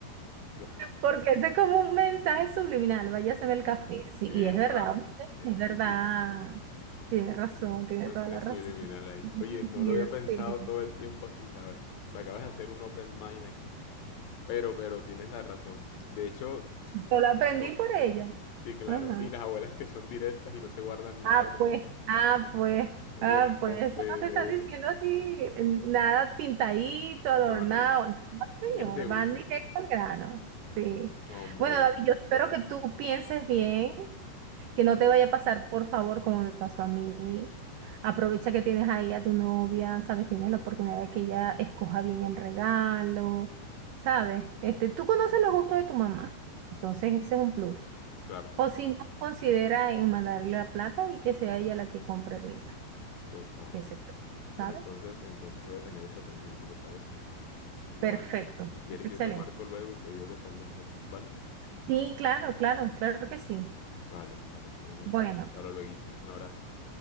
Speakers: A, on the left (about 70°); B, on the right (about 85°).
A: Claro.
B: porque ese es como un mensaje subliminal, váyase a ver el café, sí,
A: Epa.
B: y es verdad, ¿oíste?
A: Eh,
B: Es verdad,
A: sí, sí.
B: tiene razón, tiene
A: Un mensaje
B: toda la
A: subliminal
B: razón. <laughs>
A: ahí.
B: Tiene
A: Oye,
B: sentido,
A: no lo había pensado
B: sí.
A: todo el tiempo así, ¿sabes? Me acabas de hacer un open mind aquí. Pero, pero tienes la razón. De hecho,
B: Yo lo aprendí
A: no,
B: por ella.
A: Sí, claro.
B: Ajá.
A: Y las abuelas que son directas y no se guardan nada,
B: Ah,
A: como
B: pues,
A: que,
B: ah, pues,
A: eh,
B: ah, pues,
A: hombre,
B: eso no te
A: de
B: están
A: una.
B: diciendo a ti eh, nada pintadito, adornado.
A: No, no, no.
B: No,
A: Y
B: señor,
A: es de una.
B: van directo al grano. Sí.
A: Hombre,
B: Bueno, David, yo espero que tú pienses bien, que no te vaya a pasar, por favor, como me pasó a mí. Aprovecha que tienes ahí a tu novia, ¿sabes? Tienes la oportunidad de que ella escoja bien el regalo, ¿sabes? Este, tú conoces los gustos de tu mamá, entonces ese es un plus.
A: claro,
B: O si no, considera en mandarle la plata y que sea ella la que compre el hito,
A: total.
B: qué se yo, ¿sabe?
A: Bueno, entonces, entonces voy a tener eso pendiente, ¿te parece? Igual,
B: Perfecto,
A: si quieres
B: es excelente.
A: yo te marco luego y te digo qué tal me fue, ¿vale?
B: Sí, claro, claro, claro que sí.
A: Vale, vale, entonces,
B: Bueno,
A: te hablo luego. Un abrazo.